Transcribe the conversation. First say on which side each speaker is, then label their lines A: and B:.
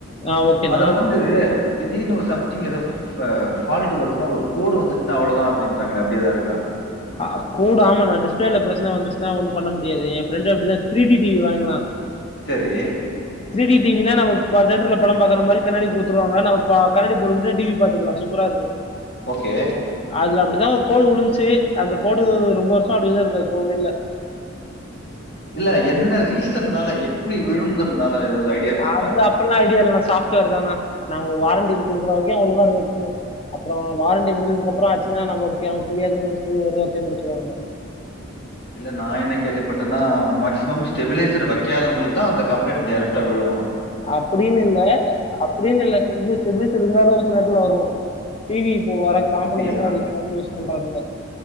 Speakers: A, on the left; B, on the left.
A: ஆ ஓகேண்ணா.
B: அதுல வந்து திடீர்னு ஒரு சம்திங் ஏதோ ஃப் ஃபால்ட் வருதுன்னா ஒரு கோடு வந்துச்சுன்னா அவ்ளோதா அப்டின்றாங்களே அப்டி ஏதா இருக்கா
A: அ் கூடு ஆமாண்ணா டிஸ்பிளேல பிரச்சன வந்துச்சன்னா ஒண்ணு பண்ண முடியாது எய ஃப்ரெண்ட் அப்டி தா த்ரீ டி டிவி வாங்குனா
B: சரி
A: த்ர டி டிவினா நம்ப பா தேட்டர்ல்ல படம் பாக்குற மாதிரி கண்ணாடி குத்துருவாங்க நம்ம கண்ணாடி போட்டுக்கிட்டு டிவி பாத்துக்கலா சூப்பரா இருக்கும்
B: ஓகே
A: அதுல அப்டிதா ஒரு கோடு உழுந்துச்சு அந்த கோடு ரொம்ப வருஷ அப்டியேதா இருக்கு அது போவே இல்ல
B: இல்ல என்ன ரீசன்னால எப்டி விழுங்கறதுனால ஏதாவது ஐடியா இருக்குங்களா?
A: அது அப்டில்லா ஐடியா இல்லன்னா சாப்ட்வேர் தாண்ணா உ வாரண்டி கொடுக்குற வரைக்கும் ஒழுங்கா இருந்து வச்சுக்கணும் அப்பற வாரண்டி முடிஞ்சதுக்குப்பற ஆச்சுன்னா நம்ம ஓகே அவங்க தெரியாதுன்னு சொல்லி ஒருவார்த்தைல்ல முடிச்சுருவானுங்க
B: இல்ல நா என்ன கேள்விப்பட்டன்னா மேக்சிமம் ஸ்டெபிலைசர் வைக்காதவங்களுக்கு தா அந்த கம்ப்ளைண்டட் டைரக்டா விழு
A: அப்டின்னு இல்ல அப்டின்னு இல்ல இது ஸ்டேபிலைசர் இருந்தாலும் ஒரு சில நேரத்துல வரும் டிவி இப்ப வர கான்போனட்ன்ஸ்லாம
B: அப்படியா?
A: அடிக்காத யூஸ் பண்றான்னுங்க